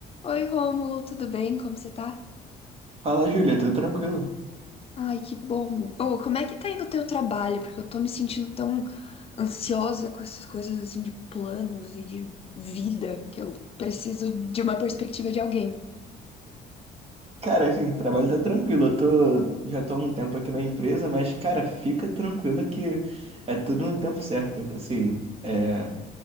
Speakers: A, on the left; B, on the right.
A: Oi, Rômulo, tudo bem? Como você tá?
B: Fala, Júlia, tudo tranquilo?
A: Ai, que bom. Ô, como é que tá indo o teu trabalho? Porque eu tô me sentindo tão ansiosa com essas coisas assim de planos e de vida que eu preciso de uma perspectiva de alguém.
B: Cara, assim, o trabalho tá tranquilo. Eu tô, já tô há um tempo aqui na empresa, mas, cara, fica tranquila que é tudo no tempo certo. Assim, é,